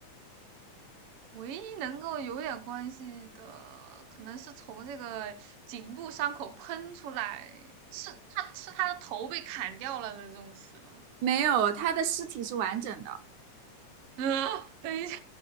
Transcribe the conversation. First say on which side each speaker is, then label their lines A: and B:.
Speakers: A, on the right (about 65°); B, on the right (about 80°).
A: 唯一能够有点关系的，可能是从这个颈部伤口喷出来，是他是他的头被砍掉了的这种死了。
B: 没有，他的尸体是完整的，
A: 嗯，等一下，